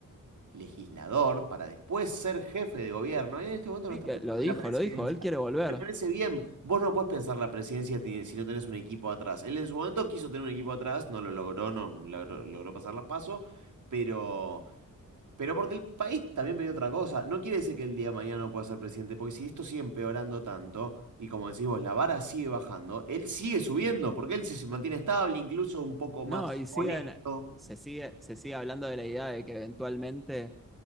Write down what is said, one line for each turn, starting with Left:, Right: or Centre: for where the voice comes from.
Right: legislador para después ser jefe de gobierno. Y en este momento no
Centre: Sí,
Right: está
Centre: que
Right: pensando
Centre: lo dijo,
Right: en la presidencia.
Centre: lo dijo, él quiere volver.
Right: Me parece bien, vos no podés pensar la presidencia ti- si no tenés un equipo atrás. Él en su momento quiso tener un equipo atrás, no lo logró, no logró, logró pasar las pasos, pero, pero porque el país también pidió otra cosa. No quiere decir que el día de mañana no pueda ser presidente, porque si esto sigue empeorando tanto, y como decís vos, la vara sigue bajando, él sigue subiendo, porque él se se mantiene estable, incluso un poco más
Centre: No, y siguen,
Right: honesto.
Centre: se sigue, se sigue hablando de la idea de que eventualmente